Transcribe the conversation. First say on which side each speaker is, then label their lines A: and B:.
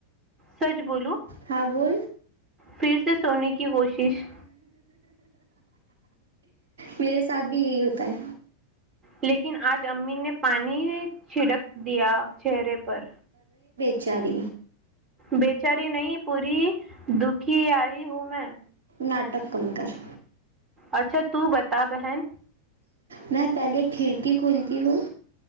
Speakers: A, on the right; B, on the right.
A: سچ بولو
B: ہے بلو
A: پھر سے سونے کی کی کوشش
B: میرے ساتھ بھی یہی ہوتا ہے
A: لیکن آج امیین نے پانی چھڑک دیا چہرے پر
B: چار <unintelligible>
A: بچاری نہیں پوری دکھی آاری ہوں میں
B: ناٹک کم کر
A: اچھا تو بتا بہن
B: میں پہلے کھاتی ہوں